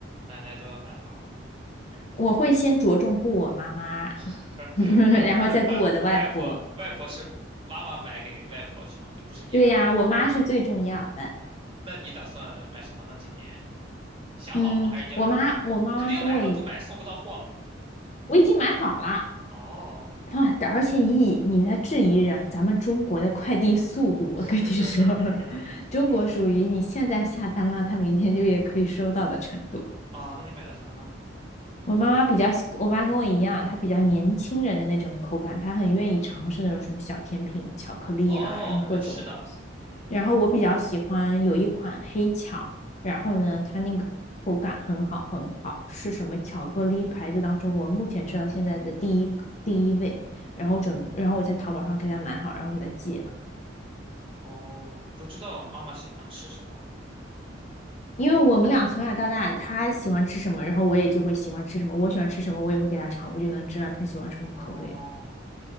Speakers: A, on the right; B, on the left.
A: 奶奶都要买吗？
B: 我会先着重顾我妈妈
A: <laughs>
B: <laughs>，
A: 啊，
B: 然后再顾我的外婆。
A: <laughs> 外婆外婆是妈妈买给外婆是吧？就不是你买了？
B: 对呀，啊我妈是最重要的。
A: 那你打算买什么呢？今年？想好了吗？
B: 嗯，
A: 还是已经买了呀？
B: 我妈，我妈妈跟我一，
A: 肯定买了，不买送不到货了。
B: 我已经买好了
A: 哦，
B: 啊。而且你你在质疑人，咱们中国的快递速度，我跟你说，
A: <laughs>
B: <laughs> 中国属于你现在下单了，他明天就也可以收到的程度。
A: 啊，那你买的什么呢？
B: 我妈妈比较喜，我妈跟我一样，她比较年轻人的那种口感，她很愿意尝试那种什么小甜品、巧克力啊，
A: 哦，
B: 然后各种东西。
A: 买的吃的。
B: 然后我比较喜欢有一款黑巧，然后呢，它那个口感很好很好，是什么巧克力牌子当中我目前吃到现在的第一个第一位。然后准，然后我在淘宝上给她买好，然后给她寄了。
A: 哦，你都知道妈妈喜欢吃什么。
B: 因为我们俩从小到大，
A: 嗯，
B: 她喜欢吃什么，然后我也就会喜欢吃什么。我喜欢吃什么，我也会给她尝，我就能知道她喜欢什么口味。
A: 哦，